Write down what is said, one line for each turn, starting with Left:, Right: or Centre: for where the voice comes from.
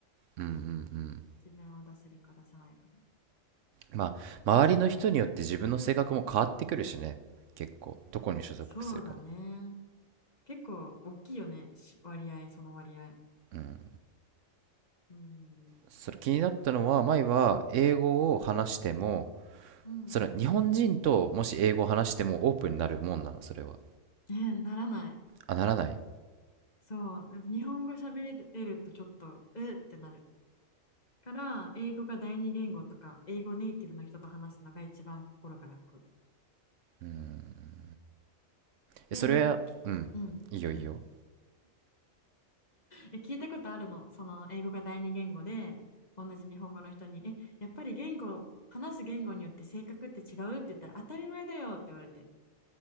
Right: うん、うん、うん。
Left: 自分を出せるか出せないかが
Right: まあ、周りの人によって自分の性格も変わってくるしね。結構、どこに所属するか。
Left: そうだね結構大きいよねし割合その割合
Right: うん。
Left: うーん
Right: それ気になったのは、前は英語を話しても、
Left: うん
Right: その日本人ともし英語を話してもオープンになるもんなの、それは。
Left: ねならない
Right: あ、ならない。
Left: そうやっぱ日本語喋れるとちょっとえーってなるから英語が第二言語とか英語ネイティブの人と話すのが一番心が楽
Right: うん。えそれは、
Left: でなんかきうん何
Right: うん。いいよいいよ。
Left: え聞いたことあるのその英語が第二言語で同じ日本語の人に「えやっぱり言語話す言語によって性格って違う?」って言ったら「当たり前だよ」って言われて